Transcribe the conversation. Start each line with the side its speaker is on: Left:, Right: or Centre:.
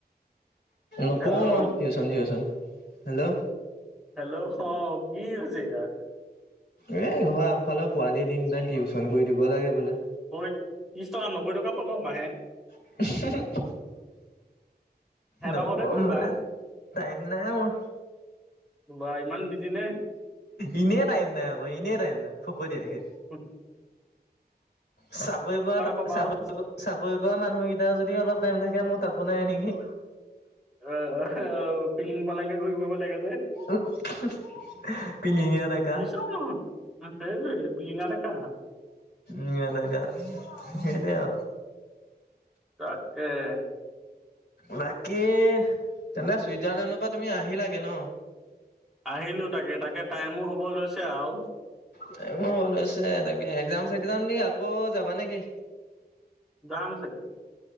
Left: নকৰোঁ
Centre: হেল্ল'
Left: মই, টিউচন ছিউছন। হেল্ল'।
Centre: হেল্ল', হ', কি হৈছে ইয়াৰ?
Left: এই ঘৰৰ আগফালৰ পোৱালি তিনটা, টিউচন কৰি দিব লাগে বোলে।
Centre: ঐ, ত্ৰিশ টকা, নব্বৈ টকা পাবা মাহে।
Left: <unintelligible>
Centre: সেহঁতৰ
Left: নকওঁ
Centre: ঘৰতেই কৰিবা?
Left: মানে টাইম নাই মোৰ
Centre: বাহ, ইমান বিজি নে?
Left: ইনে টাইম নাই আকৌ, ইনে টাইম নাই, ফকটীয়াকে।
Centre: হুঁহ।
Left: চাকৰি কৰা এটা,
Centre: পাবা
Left: চাক-চাকৰি
Centre: আৰু
Left: কৰা মানুহকিটাৰ যদি অলপ টাইম থাকে, মোৰ তাকো নাই নেকি।
Centre: অ', অ', পিলিং পালাংকে ঘূৰি ফুৰিব লাগে যে।
Left: উ, হুহ, পিলিঙীয়া ডেকা।
Centre: মিছাও নহয় উম সেইটোৱেই, পিলিঙা ডেকা।
Left: ই এনেকা, সেইটোৱেই আৰু।
Centre: তাকেহে।
Left: বাকী, তেনে চুইজাৰলেণ্ডৰ পৰা তুমি আহিলাগে ন?
Centre: আহিলোঁ তাকে, তাকে টাইমো হ'ব লৈছে আও।
Left: টাইমো লৈছে তাকে, একজাম চেগজাম দি আকৌ যাবা নেকি?
Centre: যাম চাগে।